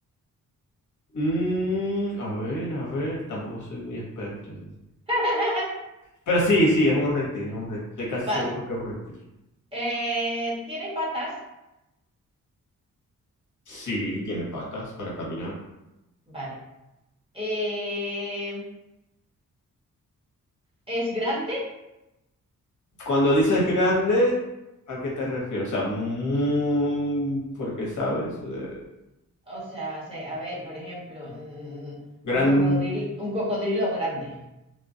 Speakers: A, on the left (about 60°); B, on the right (about 15°).
A: Mm, a ver, a ver. Tampoco soy muy experto. en-
B: <laughs>
A: Pero sí, sí, es un reptil, es un reptil. Estoy casi
B: Vale.
A: seguro que es un reptil.
B: Eh, ¿tiene patas?
A: Sí, tiene patas para caminar.
B: Vale. Eh, ¿es grande?
A: Cuando dices grande, ¿a qué te refieres? O sea, muy... porque sabes, Eh,
B: O sea, se- a ver, por ejemplo, mm,
A: gran...
B: un cocodrilo, un cocodrilo grande.